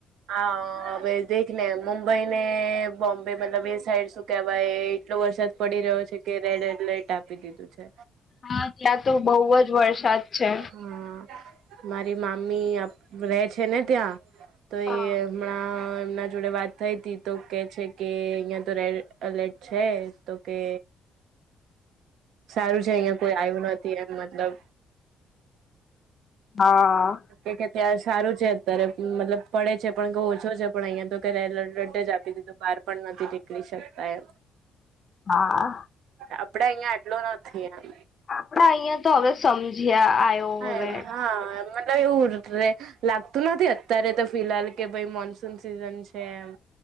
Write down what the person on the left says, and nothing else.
હા ત્યાં તો બહું જ વરસાદ છે.
હા.
હા.
હા.
આપડા અહિયાં તો હવે સમજ્યા આયો.
હવે.